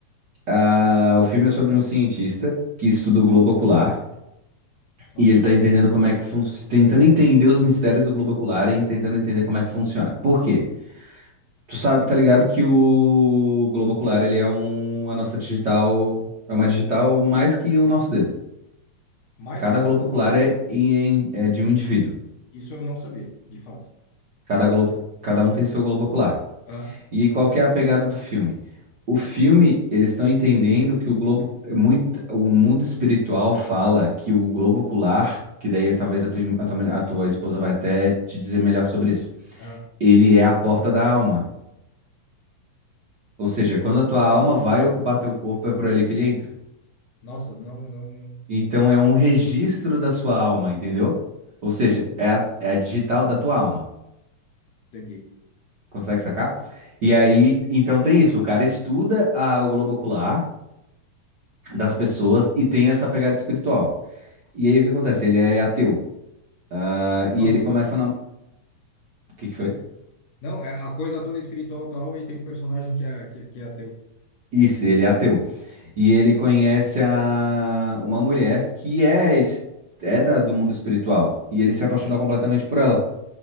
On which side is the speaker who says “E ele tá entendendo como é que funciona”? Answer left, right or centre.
Right